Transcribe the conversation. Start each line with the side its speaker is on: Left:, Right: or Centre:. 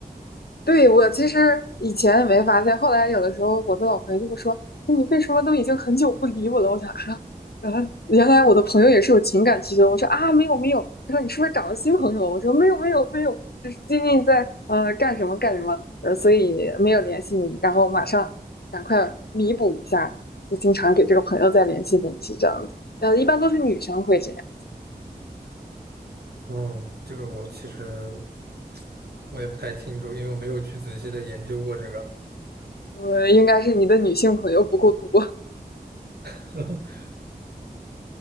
Left: 对，我其实以前没发现，后来有的时候我的老朋友就会说：“哎你为什么都已经很久不理我了？”我想啊，啊，原来我的朋友也是有情感需求。我说啊，没有没有。他说你是不是找了新朋友了我说没有没有没有，就是最近在呃干什么干什么，呃，所以没有联系你，然后马上赶快弥补一下，就经常给这个朋友再联系联系这样子。呃，一般都是女生会这样，
Right: 嗯，这个我其实我也不太清楚，因为我没有去仔细的研究过这个。
Left: 呃，应该是你的女性朋友不够多。
Right: <laughs>